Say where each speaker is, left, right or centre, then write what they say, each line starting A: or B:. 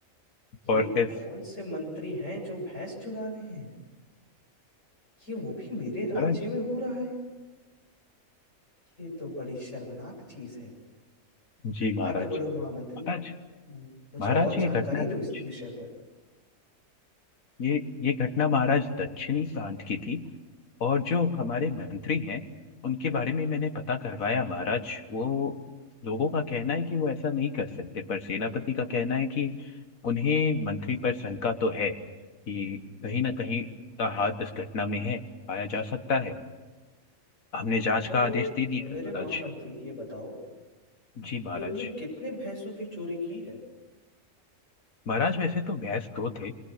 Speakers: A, on the left; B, on the left.
A: ये
B: और इस
A: कौन से मंत्री हैं जो भैंस चुरा रहे हैं ये वो भी मेरे राज्य
B: महाराज
A: में हो रहा है ये तो बड़ी शर्मनाक चीज है
B: जी महाराज
A: आगे बढ़ो महामंत्री
B: महाराज
A: मुझे
B: महाराज
A: और
B: ये
A: जानकारी
B: घटना
A: दो
B: दक्षिण-
A: इसके विषय पर
B: ये ये घटना महाराज दक्षिणी प्रांत की थी और जो हमारे मंत्री हैं उनके बारे में मैंने पता करवाया महाराज वो लोगों का कहना है कि वो ऐसा नहीं कर सकते पर सेनापति का कहना है कि उन्हें मंत्री पर शंका तो है कि
A: हम्म
B: कहीं ना कहीं उनका हाथ इस घटना में है पाया जा सकता है हमने जांच
A: तो
B: का आदेश दे दिया
A: मेरे
B: है महाराज
A: महामंत्री ये बताओ
B: जी महाराज
A: कि उन्होंने कितने भैंसों की चोरी की है
B: महाराज वैसे तो भैंस दो थे